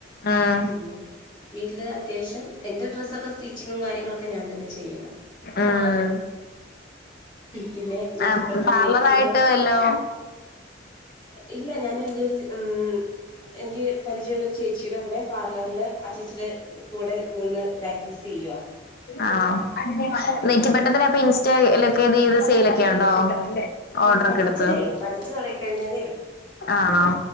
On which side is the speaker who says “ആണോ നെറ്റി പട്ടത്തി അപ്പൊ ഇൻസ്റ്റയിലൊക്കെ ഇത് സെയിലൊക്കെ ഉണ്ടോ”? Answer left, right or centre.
Left